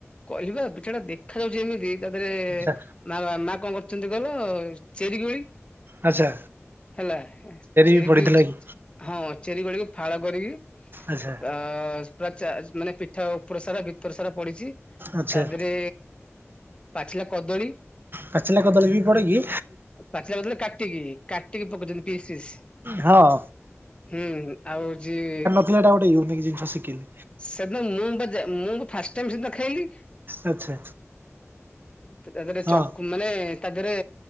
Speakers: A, on the left; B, on the right.
A: କହିଲି ପା ପିଠା ଟା ଦେଖା ଯାଉଛି ଏମିତି ତା ଦେହରେ
B: ଆଚ୍ଛା
A: ମା ମା କଣ କରୁଛନ୍ତି କହିଲ ଚେରି କୋଳି
B: ଆଚ୍ଛା
A: ହେଲା ଚେରି
B: ବି ପଡିଥିଲା
A: କୋଳି
B: କି?
A: ହଁ ଚେରି କୋଳିକୁ ଫାଳ କରିକି
B: ଆଚ୍ଛା।
A: ଅ ପୁରା ମାନେ ପିଠା ଉପର ସାରା ଭିତର ସାରା ପଡିଛି।
B: ଆଚ୍ଛା
A: ତା ଦେହରେ ପାଚିଲା କଦଳୀ
B: ପାଚିଲା କଦଳୀ ବି ପଡ଼େ କି?
A: ପାଚିଲା କଦଳୀ କାଟିକି ରି କାଟିକି ପକଉଛନ୍ତି ପିସ୍ ପିସ୍
B: ହଁ
A: ହୁଁ ଆଉ ଯିଏ
B: ମାନେ ଏଇଟା ଗୋଟେ ୟୁନିକ୍ ଜିନିଷ ଶିଖିଲି।
A: ସେଦିନ ମୁଁ ମୁଁ ଫାଷ୍ଟ ଟାଇମ ସେଦିନ ଖାଇଲି।
B: ଆଚ୍ଛା
A: ତା ଦେହରେ
B: ହଁ
A: ଚକ ମାନେ ତା ଦେହରେ